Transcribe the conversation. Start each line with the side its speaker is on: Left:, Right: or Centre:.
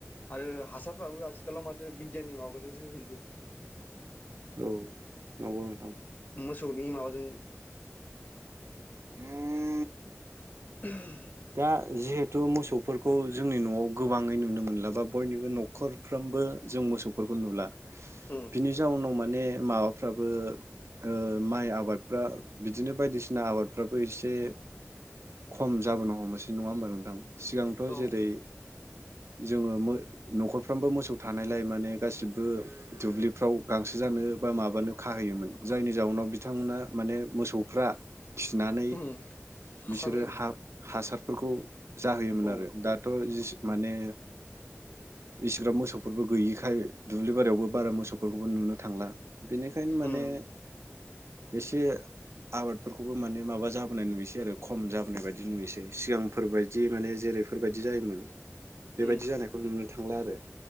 Left: आरो हासारफ्राबो आथिखालाव माथो बिगियाननि माबाजोंसो होैजोबो
Right: औ नंगौ नोंथां
Left: मोसौनि माबाजों
Right: <unintelligible>
Left: <unintelligible> <unintelligible>
Right: दा जिहेथु मोसौफोरखौ जोंनि न'आव गोबाङै नुनो मोनला बा बयनिबो न'खरफ्रोमबो जों मोसौफोरखौ नुला
Left: उम
Right: बिनि जाउनाव मा ने माबाफ्राबो ओ माइ आबादफ्रा बिदिनो बायदिसिना आबादफ्राबो एसे खम जाबोनो हमनोसै नङा होमबा नोंथां सिगांथ'
Left: औ
Right: जेरै जोङो मो न'खरफ्रामबो मोसौ थानायलाय माने गासिबो दुब्लिफ्राव गांसो जानो बा माबानो खाहैयोमोन जायनि जाउनाव बिथांमोना माने मोसौफ्रा खिनानै
Left: उम हासार
Right: बिसोरो
Left: जायोमोन
Right: हा हासारफोरखौ जाहोयोमोन
Left: औ
Right: आरो दाथ' जिस माने इसिग्राब मोसौफोरबो गैयिखाय दुब्लि बारियावबो बारा मोसौफोरखौबो नुनो थांला बेनिखायनो माने
Left: उम
Right: एसे आबादफोरखौबो माने माबा जाबोनाय नुयौसै आरो खम जाबोनाय बायदि नुसै सिगांफोरबायदि माने जेरैफोरबायदि जायोमोन बेबायदि
Left: उम
Right: जानायखौ नुनो थांला आरो